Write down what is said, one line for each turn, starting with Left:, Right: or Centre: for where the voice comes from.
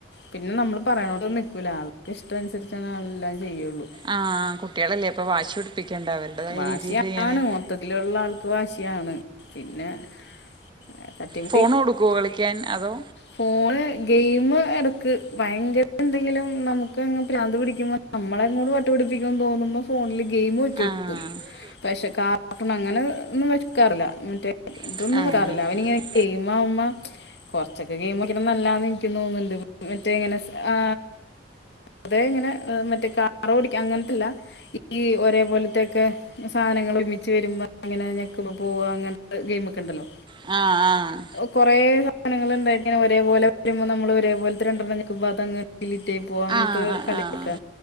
Left: പിന്നെ നമ്മള് പറയാനോടത്തൊന്നും നിക്കൂല ആൾക്ക് ഇഷ്ടം അനുസരിച്ചാണ് ആളെല്ലാം ചെയ്യുള്ളൂ
Right: ആ കുട്ടികളല്ലേ ഇപ്പൊ വാശി പിടിപ്പിക്കണ്ട അവരുടേതായ
Left: വാശിയാണ്
Right: രീതിയിൽ ഇങ്ങനെ
Left: മൊത്തത്തിലുള്ള ആൾക്ക് വാശിയാണ് പിന്നെ ഏ, തട്ടിമുട്ടി
Right: ഫോൺ കൊടുക്കുവോ വിളിക്കാൻ അതോ
Left: ഫോണ് ഗെയിം എടക്ക് ഭയങ്കര എന്തെങ്കിലും നമുക്കങ്ങ് ഭ്രാന്ത് പിടിക്കുമ്പോ നമ്മളെങ്ങട് വട്ടുപിടിപ്പിക്കുന്ന് തോന്നുമ്പോ ഫോണിൽ ഗെയിമ് വെച്ച് കൊടുക്കും
Right: കുറച്ച്
Left: പക്ഷെ കാർട്ടൂൺ അങ്ങനെ ഒന്നും വെക്കാറില്ല മറ്റേ ഇതൊന്നും
Right: കാർട്ടൂണൊന്നും
Left: വരാറില്ല അവനിങ്ങനെ ചെയ്യ്മ ഉമ്മ കുറച്ചൊക്കെ ഗെയിമ് കളിക്കണ നല്ലാന്ന് എനിക്ക് തോന്നുന്നുണ്ട് മറ്റേങ്ങനെ ആ അതെ ഇങ്ങനെ മറ്റേ കാറ് ഓടിക്ക അങ്ങനത്തെല്ല ഈ ഒരേ പോലത്തെക്കെ സാധനങ്ങൾ ഒരുമി ച്ച് വരുമ്പോ അങ്ങനെ ഞെക്കുമ്പ പോ അങ്ങനത്തെ ഗെയിമ് ഒക്കെ ഉണ്ടല്ലോ
Right: ആ ആ
Left: കൊറേ സാധനങ്ങള് ഇണ്ടായിട്ട് ഒരേപോലെ വരുമ്പോൾ നമ്മള് ഒരേപലത്തെ രണ്ടണ്ണം നിക്കുമ്പോ അതങ്ങ്. ഡിലിറ്റായി പോവാ അങ്ങനത്തെ
Right: ആഹ് ആഹ്
Left: കളിയൊക്കെ
Right: ആഹ്